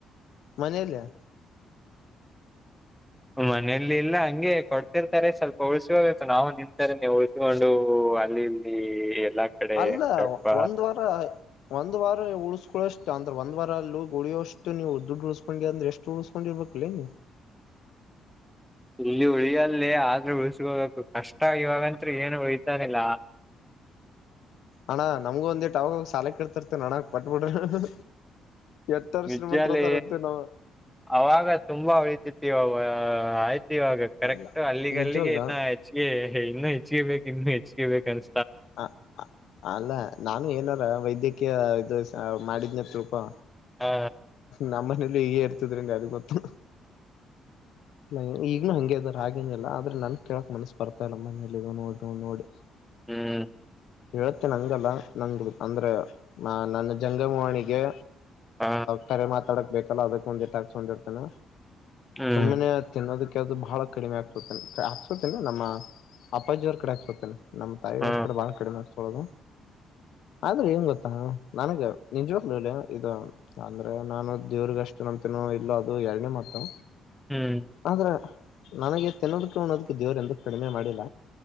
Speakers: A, on the left (about 75°); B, in the centre.
A: ಮನೇೆಯಲ್ಲಿಯ
B: ಮನೇಲಿ ಇಲ್ಲ ಹಂಗೆ ಕೊಡ್ತಿರ್ತಾರೆ ಸ್ವಲ್ಪ ಉಳ್ಸ್ಕೋಬೇಕು ನಾವು ನಿಂತಾರೆ ನೀವು ಉಳ್ಸಿಕೊಂಡು ಅಲ್ಲಿ ಇಲ್ಲಿ ಎಲ್ಲಾ ಕಡೆ
A: ಅಲ್ಲ
B: ಸ್ವಲ್ಪ
A: ಒಂದ್ ವಾರ ಒಂದ್ ವಾರ ಉಳ್ಸ್ಕೊಷ್ಟು ಅಂದ್ರ ಒಂದ ವಾರ ಅಲ್ಲೂ ಗುಳಿಯಷ್ಟು ನೀವು ದುಡ್ಡು ಉಳ್ಸ್ಕೊಂಡಿ ಅಂದ್ರೆ ಎಷ್ಟು ಉಳ್ಕ ಎಷ್ಟು ಕೊಂಡಿರ್ಬೇಕ ನೆ <unintelligible>
B: ಇಲ್ಲಿ ಉಳಿಯಲ್ಲಿ ಆದ್ರೂ ಉಳಿಸಕೋಬೇಕು ಕಷ್ಟ ಇವಾಗತ್ ಏನು ಉಳಿತಾನಿಲ್ಲ
A: ಅಣ್ಣ ನಮ್ಗು ಒಂದ್ೇಟ್ ಅವಾಗಾಗ ಸಾಲ ಕೊಡ್ತಿರ್ತೆ ನಣಾಗ ಕೊಟ್ಬಿಡ್ರಿ ಎತ್ತರ
B: ವಿಜ್ಜಾಲಿ
A: ಶ್ರೀಮಂತತ್ರ ಅದ ಅಂತೆ ನಾವವು
B: ಅವಾಗ ತುಂಬಾ ಉಳತಿತ ಆಯ್ತಿ ಇವಾಗ ಕರೆಕ್ಟ್
A: ಇಲ್ಲ
B: ಅಲ್ಲಿಗೆ
A: ನಿಜವಾಗ್ಲ
B: ಅಲ್ಲಿಗೆ ಏನ ಆಯ್ ಹೆಚ್ಚ ಇನ್ನುೂ ಹೆಚ್ಚಿಗೆ ಬೇಕು ಇನ್ನುೂ ಹೆಚ್ಚಿಗೆ ಬೇಕ ಅನ್
A: ಹ ಹ ಅಲ್ಲ ನಾನು ಏನಾರ ವೈದ್ಯಕೀಯ ಇದು ಮಾಡಿದ್ನತಿಳ್ಕೊ
B: ಹಾ
A: ನಮ್ಮ್ನೇಲಿ ಈಗ ಇರ್ತಿದ್ರೀನು ಯಾರಿಗೆ ಗೊತ್ತು. ಇಲ್ಲ ಈಗನು ಹಂಗೆ ಇದಾರೆ ಹಾಗೇನಿಲ್ಲ ಆದ್ರೆ ನನ್ ಕೇಳಕ್ ಮನಸ್ ಬರ್ತಾ ಇಲ್ಲ ಮನೇಲಿ ನೋಡಿ ನೋಡಿ.
B: ಹ್ಮ್
A: ಹೇಳ್ತೀನಿ ಹಂಗಲ್ಲ ನಂಗ ಅಂದ್ರೆ ನನ್ನ ಜಂಗಮವಣಿಗೆ.
B: ಹ
A: ಕರೆ ಮಾತಾಡಕ್ ಬೇಕಲ್ಲ ಅದಕ್ಕೆ ಒಂದಿಟ್ಟ ಹಾಕ್ಸ್ದಿರ್ತೇನ
B: ಹ್ಮ್
A: ಸುಮ್ಮನೆ ತಿನ್ನೋದಕ್ಕೆದು ಬಹಳ ಕಡಿಮೆ ಆಗ್ಸುತ್ತೇ ಹಾಕ್ಸೋತೇನ ನಮ್ಮ ಅಪಾಜಿಯವರ ಕಡೆ ಹಾಕ್ಸುತ್ತೇನೆ. ನಮ್ಮ್ ತಾಯಿ
B: ಹ
A: ಅವ್ರ ಕಡೆ ಬಾಳ ಕಡಿಮೆ ಆಕಿಸ್ಕೊಳೋದು. ಆದ್ರೆ ಏನ್ ಗೊತ್ತಾ ನನಗೆ ನಿಜ್ವಾಗ್ಲೂಲೇ ಇದು ಅಂದ್ರೆ ನಾನು ದೇವ್ರಗ ಅಷ್ಟ ನಂಬತೀನೋ ಇಲ್ಲೋ ಅದು ಎರಡನೇ ಮಾತು.
B: ಹ್ಮ್
A: ಆದ್ರ ನನಗೆ ತಿನ್ನೋದಕ್ಕೆ ಅನ್ನೋದಕ್ಕೆ ದೇವರು ಎಂದ ಕಡಿಮೆ ಮಾಡಿಲ್ಲ.